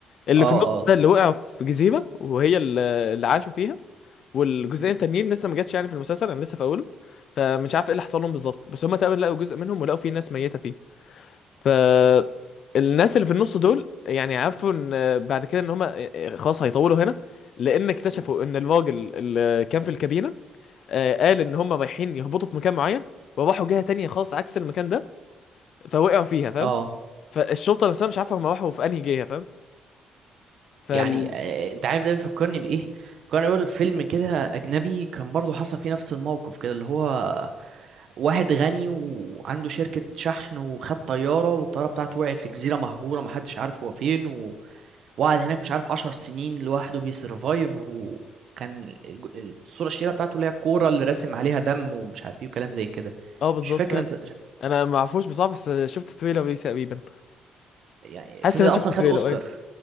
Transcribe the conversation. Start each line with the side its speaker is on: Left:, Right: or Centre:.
Left: اللي
Right: اه
Left: في النص
Right: اه
Left: ده اللي وقع في جزيره وهي اللي اللي عاشوا فيها والجزئين
Right: مم.
Left: التانيين لسه ما جاتش يعني في المسلسل انا لسه في اوله فمش عارف ايه اللي حصل لهم بالظبط بس هم تقريبا لقوا جزء منهم ولقوا فيه ناس ميته فيه فالناس اللي في النص دول يعني عرفوا ان بعد كده ان هم خلاص هيطولوا هنا لان اكتشفوا
Right: مم.
Left: ان الراجل اللي كان في الكابينه آه، قال ان هم رايحين يهبطوا في مكان معين وراحوا جهه تانية خالص عكس المكان ده فوقعوا فيها فاهم
Right: اه
Left: فالشرطه نفسها مش عارفه هم راحوا في انهي جهه فاهم فال
Right: يعني آه، انت عارف ده بيفكرني بايه كان بيقول فيلم كده اجنبي كان برضه حصل فيه نفس الموقف كده اللي هو واحد غني وعنده شركة شحن وخد طيارة والطيارة بتاعته وقعت في جزيرة مهجورة محدش عارف هو فين و- وقعد هناك مش عارف عشر سنين لوحده بيسرفايف وكان الج- الصورة الشهيرة بتاعته اللي هي الكورة اللي راسم عليها دم ومش عارف ايه وكلام زي كده
Left: اه بالظبط
Right: مش فاكر
Left: فاهم
Right: انت
Left: انا ما اعرفوش بصراحه بس شفت تريلر ليه تقريبا
Right: يعني الفيلم
Left: حاسس ان
Right: ده
Left: انا
Right: اصلا
Left: شفت
Right: خد
Left: تريلر
Right: اوسكار
Left: ايوه